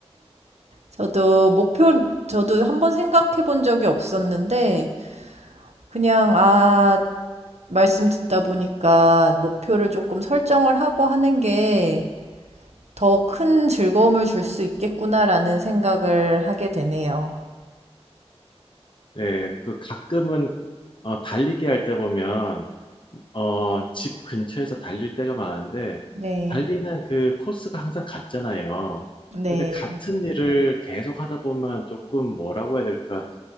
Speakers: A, on the right; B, on the left.
A: 저도 목표, 저도 한번 생각해 본 적이 없었는데 그냥, 아, 말씀 듣다 보니까 목표를 조금 설정을 하고 하는 게 더 큰 즐거움을 줄 수 있겠구나라는 생각을 하게 되네요.
B: 네, 그 가끔은 어, 달리기 할 때 보면 어, 집 근처에서 달릴 때가 많은데
A: 네,
B: 달리는 그 코스가 항상 같잖아요.
A: 네,
B: 근데 같은 일을 계속 하다 보면 조금 뭐라고 해야 될까?